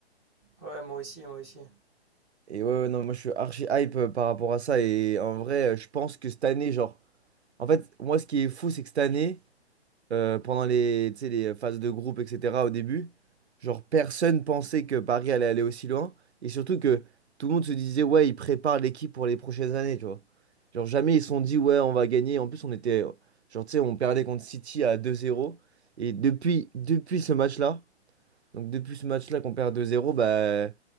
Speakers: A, in the centre; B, on the right.
A: Ouais, moi aussi, moi aussi.
B: Et ouais, ouais, non, moi je suis archi hype euh, par rapport à ça. Et en vrai, euh, je pense que cette année, genre, en fait, moi ce qui est fou, c'est que cette année. euh, pendant les, tu sais, les phases de groupe, etc. au début. Genre, personne pensait que Paris allait aller aussi loin. Et surtout que tout le monde se disait, ouais, ils préparent l'équipe pour les prochaines années, tu vois. Genre, jamais ils se sont dit, ouais, on va gagner. En plus, on était, genre, tu sais, on perdait contre City à deux zéro Et depuis, depuis ce match-là, donc depuis ce match-là qu'on perd deux zéro bah,